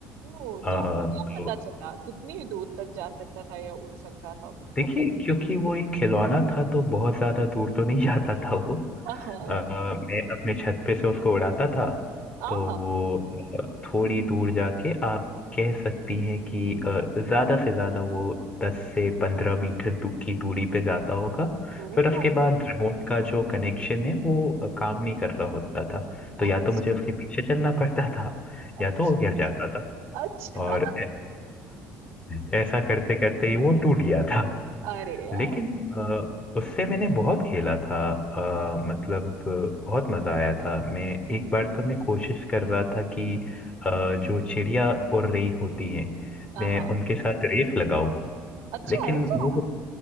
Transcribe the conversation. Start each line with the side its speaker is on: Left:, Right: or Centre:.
Right: ओ
Left: अ,
Right: तो आपको
Left: तो
Right: क्या पता चला कितनी दूर तक जा सकता था या उड़ सकता था वो
Left: देखिए क्योंकि वो एक खिलौना था तो बहुत ज्यादा दूर तो नहीं <laughs> जाता था वो
Right: हाँ
Left: अ, मैं अपने छत पे से उसको उड़ाता था
Right: हाँ
Left: तो वो अ, थोड़ी दूर जाके आप कह सकती हैं कि अ, ज्यादा से ज्यादा वो दस से पंद्रह मीटर दू, की दूरी पे जाता होगा
Right: ओ
Left: फिर उसके बाद रिमोट का जो कनेक्शन है वो अ, काम नहीं कर रहा होता था तो
Right: अच्छा
Left: या तो मुझे उसके पीछे चलना पड़ता था या
Right: अच्छा
Left: तो वो गिर जाता था
Right: अच्छा
Left: और ऐ- <laughs> ऐसा करते करते ही वो टूट गया था
Right: अरे यार
Left: लेकिन अ, उससे मैंने बहुत खेला था अ, मतलब अ, बहुत मज़ा आया था मैं एक बार तो मैं कोशिश कर रहा था कि अ, जो चिड़िया उड़ रही होती हैं
Right: हाँ
Left: मैं उनके साथ रेस लगाऊं
Right: अच्छा
Left: लेकिन
Right: ऐसा
Left: वो